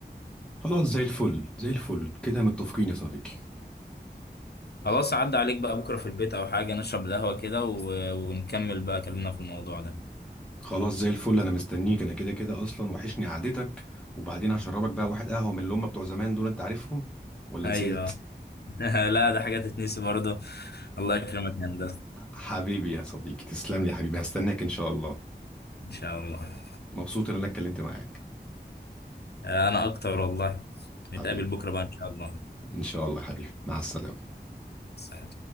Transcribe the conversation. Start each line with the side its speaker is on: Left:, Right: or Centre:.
Centre: خلاص زي الفل زي الفل كده متفقين يا صديقي
Left: خلاص عدى عليك بقى بكرة في البيت او حاجة نشرب القهوة كده و... ونكمل بقى كلامنا في الموضوع ده
Centre: خلاص زي الفل انا مستنيك انا كده كده اصلا وحشني قعدتك وبعدين هشربك بقى واحد قهوة من اللي هم بتوع زمان دول انت عارفهم ولا
Left: ايوه
Centre: نسيت
Left: <laughs> لا ده حاجة تتنسي برضه الله يكرمك يا هندسة
Centre: حبيبي يا صديقي تسلم لي يا حبيبي هستناك إن شاء الله
Left: ان شاء الله
Centre: مبسوط إن أنا اتكلمت معاك
Left: آه، انا اكتر والله نتقابل
Centre: حبيبي
Left: بكرة بقى ان شاء الله
Centre: إن شاء الله يا حبيبي مع السلامة
Left: سلام